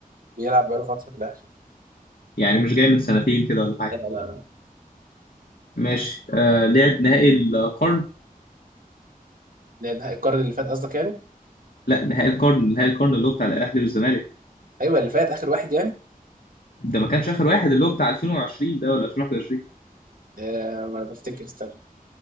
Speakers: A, on the right; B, on the left.
A: بيلعب بقاله فتره في الاهلي
B: يعني مش جاي من سنتين كده ولا حاجة
A: لا لا
B: ماشي آه لعب نهائي القرن
A: لا لا، القرن اللي فات قصدك يعني
B: لا نهائي القرن نهائي القرن اللي هو بتاع الاهلي والزمالك
A: ايوه اللي فات اخر واحد يعني
B: ده ما كانش اخر واحد اللي هو بتاع 2020 ده ولا 2021
A: آه ما بفتكر استنى